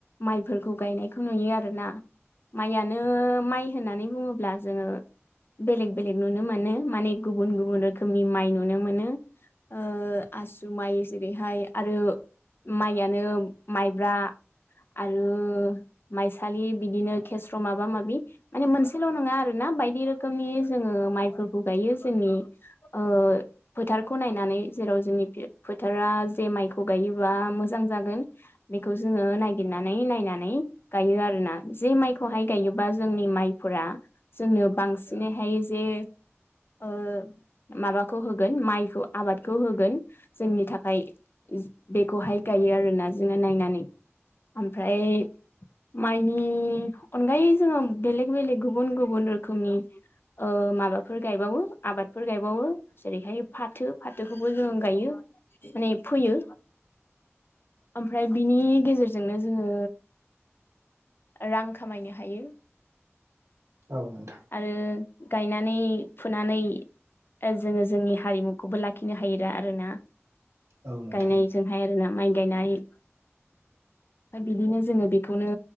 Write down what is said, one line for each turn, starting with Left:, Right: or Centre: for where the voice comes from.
Left: माइफोरखौ गायनायखौ नुयो आरोना माइयानो माइ होननानै बुङोब्ला जोङो बेलेग बेलेग नुनो मोनो माने गुबुन गुबुन रोखोमनि माइ नुनो मोनो ओ आसु माइ जेरैहाय आरो माइयानो माइब्रा आरो माइसालि बिदिनो खेस्र' माबा माबि माने मोनसेल' नङा आरो ना बायदि रोखोमनि जोङो माइफोरखौ गायो जोंनि ओ फोथारखौ नायनानै जेराव जोंनि फोथारा जे माइखौ गायोबा मोजां जागोन बेखौ जोङो नायागिरनानै नायनानै गायो आरोना जे माइखौहाय गायोबा जोंनि माइफोरा जोंनो बांसिनैहाय जे ओ माबाखौ होगोन माइखौ आबादखौ होगोन जोंनि थाखाय बेखौहाय गायो आरोना जोङो नायनानै ओमफ्राय माइनि अनगायै जोङो बेलेग बेलेग गुबुन गुबुन रोखोमनि ओ माबाफोर गायबावो आबादफोर गायबावो जेरैहाय फाथो फाथोखौबो जों गायो माने फोयो ओमफ्राय बिनि गेजेरजोंनो जोङो रां खामायनो हायो
Right: औ नोंथां
Left: आरो गायनानै फुनानै जोङो जोंनि हारिमुखौबो लाखिनो हायो आरोना
Right: औ नोंथां औ नोंथां
Left: गायनायजोंहाय आरोना माइ गायनाय ओमफ्राय बिदिनो जोङो बेखौनो